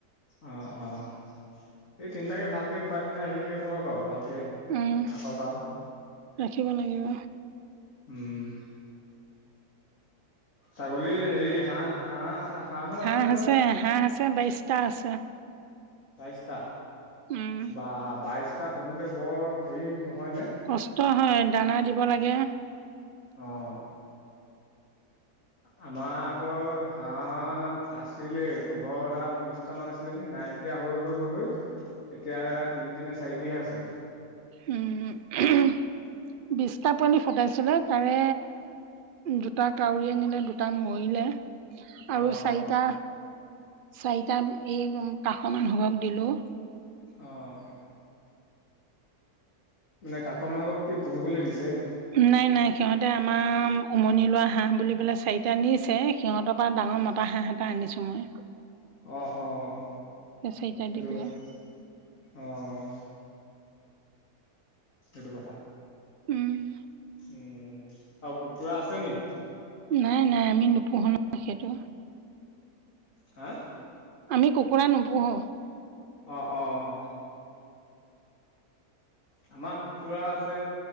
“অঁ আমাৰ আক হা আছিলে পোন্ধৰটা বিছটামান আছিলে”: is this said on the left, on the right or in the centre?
Left